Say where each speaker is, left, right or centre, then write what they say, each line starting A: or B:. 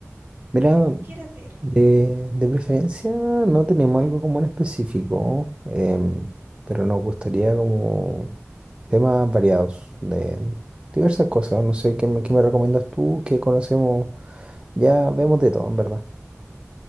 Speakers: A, on the right (about 20°); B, on the right (about 40°).
A: Mira,
B: ¿qué tú quieres ver?
A: de, de preferencia no tenemos algo como en específico, em, pero nos gustaría como temas variados de diversas cosas. No sé, ¿qué me, qué me recomiendas tú? ¿Qué conocemos? Ya vemos de todo, en verdad.